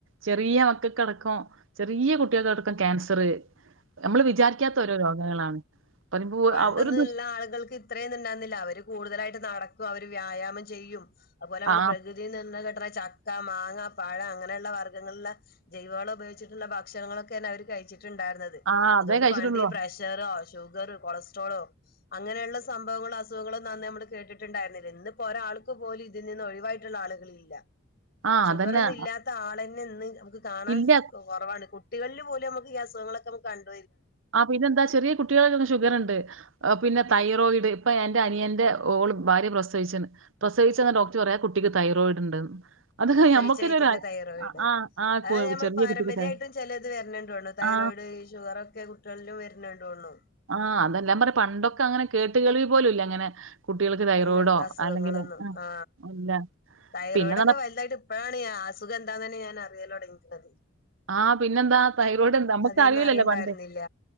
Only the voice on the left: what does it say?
പണ്ടൊന്നും
ഉള്ള ആളുകൾക്ക് ഇത്രയൊന്ന ഇണ്ടയിരുന്നില്ല അവര് കൂടുതലായിട്ട് നട ക്കും അവര് വ്യായാമം ചെയ്യും അതുപോലെ നമ്മ
പ്രകൃതിണഘടന ചക്ക മാങ്ങ പഴം അങ്ങനെയുള്ള വർഗ്ഗങ്ങളിലുള്ള ജൈവള ഉപയോഗിച്ചിട്ടുള്ള ഭക്ഷണങ്ങളൊക്കെ തന്നെ അവര് കഴിച്ചി ണ്ടായിരുന്നത്
അതുകൊണ്ട്
പണ്ട് ഈ പ്രഷറ ജോഗർ കൊളസ്ട്രോളോ അങ്ങനെയുള്ള സംഭവങ്ങളോ അസുഖങ്ങളോ നന്ന് നമ്മള് കേട്ടിട്ടുണ്ടായിരുന്നില്ല ഇന്ന്പ്പോ ഒരാൾക്ക് പോലും ഇതിൽ നിന്ന ഒഴിവായിട്ടുള്ള ആളുകള ഇില്ല
ഷുഗർന്നും
ഇല്ലാത്ത ആളെ <unintelligible> കാണാൻ
കുറവാണ് തികള്ളി പോലെ നുക്ക് അുഖങ്ങളക്കെ നമുണ്ടണ്ട്
പ്രസവിച്ച
കഴിക്കാനെ
തൈറോയിഡ്
അത് നഞമ്മൾ
പാരമ്പര്യമായിട്ടും
ചില ഇത് വരുന്നണ്ടണ് തൈറോയിഡ്
ഈ ഷുഗർ ഒക്കെ ടും വരുന്നണ്ടോള്ളൂ
അങ്ങനത്തെ അസുഖങ്ങളൊന്നും
ആ്
തൈറോയ്ഡ
ഒക്കെ വലുതായിട്ട് ഇപ്പഴാണ് അസുഖം എന്താന്ന് തന്നെ ഞാൻ അറിയല്ലോ അപ
ആദ്യൊന്നും
അറിയണ്ടായിരുന്നില്ല